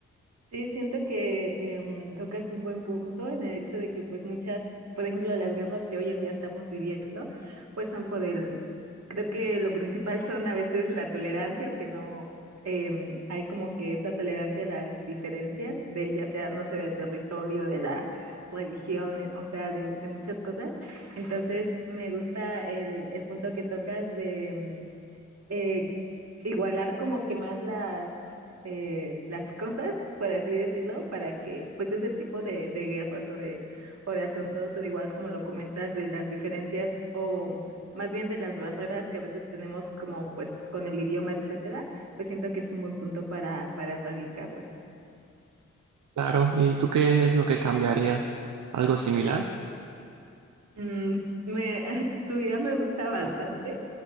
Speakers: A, on the right; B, on the right.
A: Sí, siento que em, tocas un buen punto en el hecho de que pues muchas, por ejemplo, las guerras que hoy en día estamos viviendo, pues son por el, creo que lo principal son a veces la tolerancia o que no em, hay como que esta tolerancia a las diferencias de ya sea, no sé, del territorio, de la religión, eh, o sea, de, de muchas cosas. Entonces, me gusta el, el punto que tocas de... em, eh, igualar como que más las, eh, las cosas, por así decirlo, para que pues ese tipo de, de guerras o de, o de asuntos, o igual como lo comentas, de las diferencias o más bien de las barreras que a veces tenemos como pues con el idioma, etcétera, pues siento que es un buen punto para, para erradicarlas.
B: Claro, ¿y tú qué es lo que cambiarías? ¿Algo similar?
A: Mm, me, <laughs> tu idea me gusta bastante.